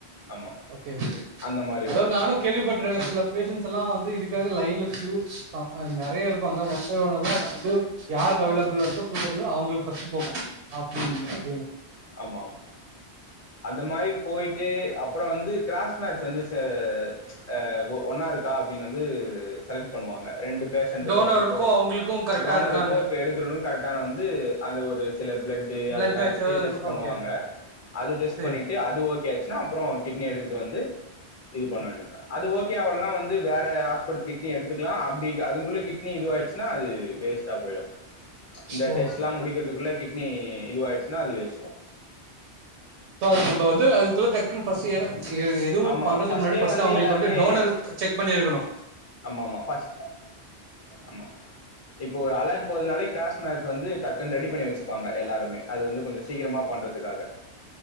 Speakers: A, on the left; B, on the right.
A: ஆமா
B: ஓகே ஓகே
A: அந்த மாரி
B: அதாவ
A: வரு
B: நானு கேள்விபட்ற சில பேசன்ட்ஸ் எல்லா வந்து இதுக் காக லைன்ல க்யூ அ நெறைய இருப்பாங்க ஒன் ஒன் பை ஒன்னா தா
A: ஆ
B: வந்து யாருக்கு
A: ஆமா
B: அவைலபலாருக்கோ
A: ஆமா
B: சூட்டபுலோ அவங்களுக்கு ஃபஸ்டுபோகு <unintelligible>
A: ஆமா ஆமா அந்த மாரி போய்ட்டு அப்றொ வந்து க்ராஸ் மேட்ச் வந்து செ ச் அ ஒ ஒன்னா இருக்கா அப்டின் வந்து செலக்ட் பண்ணுவாங்க ரெண்டு பேஷண்ட்க்கு
B: டோனருக்கும்
A: இப்போ
B: அவங்களுக்கும் கரெக்டா
A: டோனருக்கு
B: இருக்கான்னு
A: இப்போ எடுக்கிறவங் கரெட்டானு வந்து அந்த ஒரு சில பிளட்டு
B: பிளட்
A: அதுல்லா
B: மேட்ச்
A: இது டெஸ்ட் பண்ணுவாங்க
B: ஓகே ஓகே
A: அது டெஸ்ட்
B: சரி
A: பண்ணிட்டு அது ஓகே ஆச்சு என்ன அப்றொ கிட்னி எடுத்துட்டு வந்து இது பண்ண வேண்டி தா அது ஓகே ஓகே ஆவல்னா வந்து வேற ஆஸ் ஒரு கிட்னி எடுத் இருக்கலா அப்டி அதுக்குள்ளே கிட்னி கிட்னி இதுவாய்ருச் ன்னா அது வேஸ்ட்டா போய்டு இந்த
B: ஓ
A: டெஸ்ட்ல்லா முடிக்றதுக்குள்ள கிட் கிட்னி இதுவாயிருச் இன்ன அது வேஸ்ட் தா
B: இப்ப அது நம்ப வந்து அதுக்குள்ள டக்குன் ஃபஸ்ட் எழ எதுவு
A: ஆமா
B: பண்றதுக்கு
A: ஃபர்ஸ்ட்டே
B: முன்னாடி ஃபஸ்ட் அவங்ளுக்கு
A: எல்லாருமே
B: வந்து டோனர் செக் பண்ணி இருக்கனு
A: ஆமா ஆமா ஃபஸ் ஆமா இப்ப ஒரு அலர்ட் ஒரு நாளைக் கிராஷ் மேட்ச் வந்து டக்குன் ரெடி பண்ணி வச்சுப்பாங்க எல்லாருமேஷஅது வந்து கொஞ்சொ சீக்ரமா பண்றதுக்காக